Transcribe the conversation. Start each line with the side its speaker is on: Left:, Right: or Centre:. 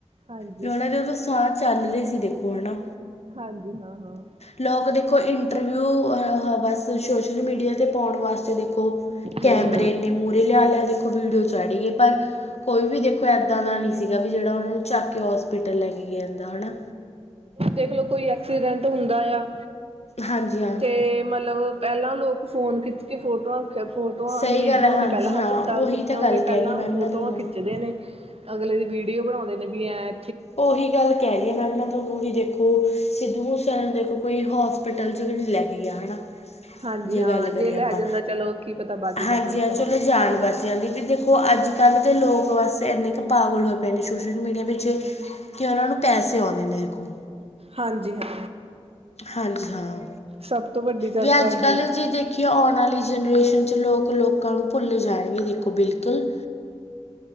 Right: ਹਾਂਜੀ
Left: ਵੀ ਓਨਾਂ ਦੇ ਓਦੋ ਸਾਹ ਚੱਲ ਰੇ ਸੀ ਦੇਖੋ ਹਨਾ।
Right: ਹਾਂਜੀ, ਹਾਂ-ਹਾਂ।
Left: ਲੋਕ ਦੇਖੋ ਇੰਟਰਵਿਊ ਅਹ ਬਸ ਸੋਸ਼ਲ-ਮੀਡੀਆ ਤੇ ਪਾਉਣ ਵਾਸਤੇ ਦੇ ਦੇਖੋ ਕੈਮਰੇ
Right: ਹਮ ਹੁਣ
Left: ਐਨੇ ਮੂਹਰੇ ਲਿਆ ਲਿਆ ਦੇਖੋ ਵੀਡੀਓ ਚਾੜੀ ਏ ਪਰ ਕੋਈ ਵੀ ਦੇਖੋ ਐ ਦਾਂ ਦਾ ਨੀ ਸੀਗਾ ਵੀ ਜੇੜਾ ਓਨਾ ਨੂੰ ਚੱਕ ਕੇ ਹੋਸਪਿਟਲ ਲੈ ਕੇ ਗਿਆ ਜਾਂਦਾ, ਹਨਾ।
Right: ਦੇਖਲੋ ਕੋਈ ਐਕਸੀਡੈਂਟ ਹੁੰਦਾ ਏ ਆ।
Left: ਹਾਂਜੀ ਹਾਂ।
Right: ਤੇ ਮਲਬ ਪਹਿਲਾਂ ਲੋਕ ਫੋਨ ਖਿੱਚ ਕੇ ਫੋਟੋਆਂ ਫੇਰ ਫੋਟੋਆਂ,
Left: ਸਹੀ
Right: ਮਰੀਜ਼
Left: ਗੱਲ
Right: ਨੂੰ
Left: ਹੈ ਹਾਂਜੀ
Right: ਨੀ ਪਹਿਲਾਂ
Left: ਹਾਂ
Right: ਹਸਪਤਾਲ
Left: ਉਹੀ
Right: ਚ ਪਚਾਦੇ
Left: ਤਾਂ ਗੱਲ
Right: ਪਹਿਲਾਂ
Left: ਕਹਿ ਰਹੀ ਹਾਂ ਮੈਮ
Right: ਓ ਫੋਟੋਆਂ
Left: ਮੈਂ ਤੁਹਾਨੂੰ
Right: ਖਿੱਚਦੇ ਨੇ। ਅਗਲੇ ਦੀ ਵੀਡੀਓ ਬਣਾਉਦੇ ਨੇ ਵੀ ਐ
Left: ਓਹੀ ਗੱਲ ਕਹਿ ਰੀ ਆ ਮੈਮ ਮੈਂ ਓਨੂੰ ਵੀ ਦੇਖੋ ਸਿੱਧੂ ਮੂਸੇਵਾਲੇ ਨੂੰ ਦੇਖੋ ਕੋਈ ਹੋਸਪਿਟਲ ਚ ਵੀ ਨੀ ਲੈ ਕੇ ਗਿਆ ਹਨਾ।
Right: ਹਾਂਜੀ
Left: ਜੇ
Right: ਹਾਂ
Left: ਗੱਲ ਕਰੀਏ
Right: ਲੈ
Left: ਆਪਾਂ,
Right: ਜਾਂਦਾ ਚਲੋ ਕੀ ਪਤਾ ਬਚ ਹੀ
Left: ਹਾਂਜੀ
Right: ਜਾਂਦਾ ਵਿਚਾਰਾ
Left: ਹਾਂ ਚਲੋ ਜਾਨਵਰ ਬੱਚਿਆਂ ਦੀ ਵੀ ਦੇਖੋ ਅੱਜ-ਕੱਲ ਦੇ ਲੋਕ ਬਸ ਐਨੇ ਕ ਪਾਗਲ ਹੋਏ ਪਏ ਨੇ ਸੋਸ਼ਲ-ਮੀਡੀਆ ਪਿੱਛੇ ਕੇ ਓਨਾਂ ਨੂੰ ਪੈਸੇ ਆਉਂਦੇ ਨੇ ਦੇਖੋ।
Right: ਹਾਂਜੀ ਹਾਂ।
Left: ਹਾਂਜੀ ਹਾਂ,
Right: ਸਭ ਤੋਂ ਵੱਡੀ ਗੱਲ
Left: ਵੀ ਅੱਜ-ਕੱਲ
Right: ਤਾਂ ਇਹੀ ਹੈ
Left: ਜੇ ਦੇਖੀ ਕੇ ਆਉਣ ਆਲੀ ਜਨਰੇਸ਼ਨ ਚ ਲੋਕ ਲੋਕਾਂ ਨੂੰ ਭੁੱਲ ਜਾਣਗੇ ਦੇਖੋ ਬਿਲਕੁਲ।